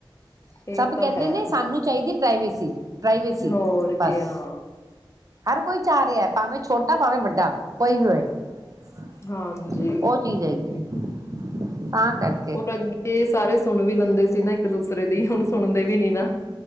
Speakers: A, on the right (about 40°); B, on the left (about 35°).
A: <inaudible>
B: ਇਹ
A: ਸਭ
B: ਤਾਂ
A: ਕਹਿੰਦੇ
B: ਹੈ
A: ਨੇ ਸਾਨੂੰ ਚਾਹੀਦੀ ਏ ਪ੍ਰਵੇਸੀ <inaudible> ਪ੍ਰਵੇਸੀ
B: ਹੋਰ
A: ਬਸ।
B: ਕਿਆ
A: ਹਰ ਕੋਈ ਚਾਹ ਰਿਹਾ, ਭਾਵੇਂ ਛੋਟਾ ਭਾਵੇਂ ਵੱਡਾ ਕੋਈ ਵੀ ਹੋਵੇ। <unintelligible>
B: ਹਾਂਜੀ।
A: ਉਹ ਚੀਜ਼ ਹੈਗੀ ਹੈ, <unintelligible> ਤਾਂ ਕਰ
B: ਹੋਰ ਅੱਗੇ ਸੁਣ ਵੀ ਲੈਂਦੇ ਸੀ, ਨਾ ਇੱਕ ਦੂਸਰੇ ਦੀ ਹੁਣ ਸੁਣਦੇ ਵੀ ਨੀ ਨਾ